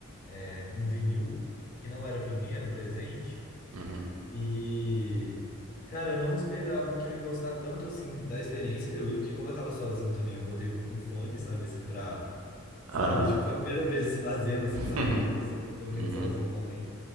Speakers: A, on the left; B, on the right.
A: é, um vinil que não era pra mim, era um presente.
B: Uhum.
A: E, cara, eu não esperava que eu ia gostar tanto assim da experiência de eu ir, porque como eu tava sozinho também, eu botei um fone, sabe, assim, pra. Sabe,
B: Aham.
A: tipo, foi a primeira <laughs> vez fazendo, assim,
B: <laughs>
A: saindo, so- sendo
B: Uhum,
A: sozinho também.